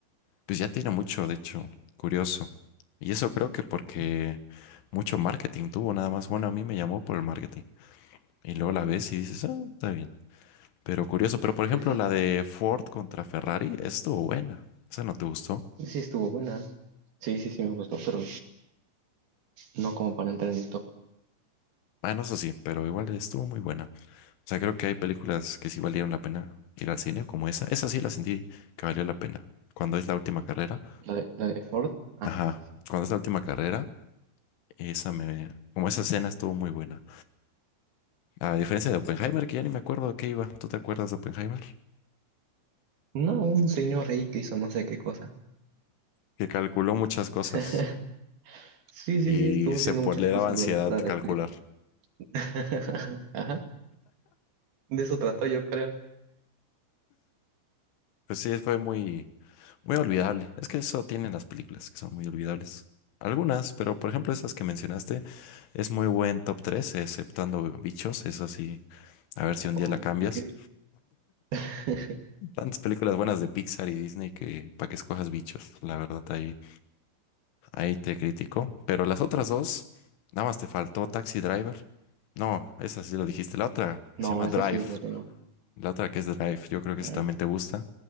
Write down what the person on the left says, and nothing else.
pues ya tiene mucho, de hecho, curioso. Y eso
creo que porque
mucho marketing tuvo nada más. Bueno, a mí me llamó por el marketing. Y luego la ves y dices, ah, está bien. Pero curioso, pero por ejemplo
la de Ford contra Ferrari, esa estuvo buena. Esa no te gustó.
Bueno, eso sí, pero igual estuvo muy buena. O sea, creo que hay películas que sí valieron la pena ir al cine, como esa. Esa sí la sentí que valió la pena. Cuando es la última carrera.
Ajá.
Cuando es la última carrera. Y Esa me... Como esa escena estuvo muy buena. A diferencia de Oppenheimer, que ya ni me acuerdo de qué iba. ¿Tú te acuerdas de Oppenheimer?
Que calculó muchas cosas
y
se
po-
le
daba ansiedad
calcular.
Pues sí, fue muy, muy olvidable. Es que eso tienen las películas, que son muy olvidables. Algunas, pero por ejemplo esas que mencionaste, es muy buen top 3 exceptando Bichos, es así. A ver si un
día la cambias.
Tantas películas buenas de Pixar y Disney que para que escojas Bichos, la verdad, ahí. Ahí te critico. Pero las otras dos, nada más te faltó Taxi Driver. No, esa sí lo dijiste. La otra que
se llama
Drive.
La otra que es Drive. Yo creo que
esa también
te gusta.